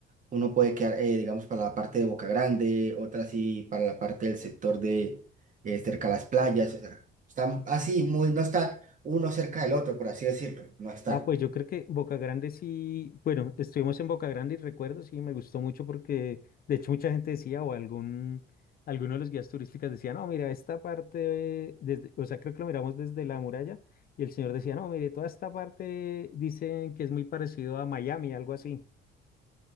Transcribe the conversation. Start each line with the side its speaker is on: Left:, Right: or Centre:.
Right: uno puede quedar, eh, digamos, para la parte de Boca Grande, otra sí para la parte del sector de eh, cerca a las playas, o sea, están así, muy, no está uno cerca del otro, por así decirlo, no está.
Left: Ah, pues yo creo que Boca Grande sí, bueno, estuvimos en Boca Grande y recuerdo, sí, me gustó mucho porque de hecho mucha gente decía o algún, alguno de los guías turísticos decía, no, mira, esta parte, eh, desde, o sea, creo que lo miramos desde la muralla y el señor decía, no, mire, toda esta parte dicen que es muy parecido a Miami, algo así.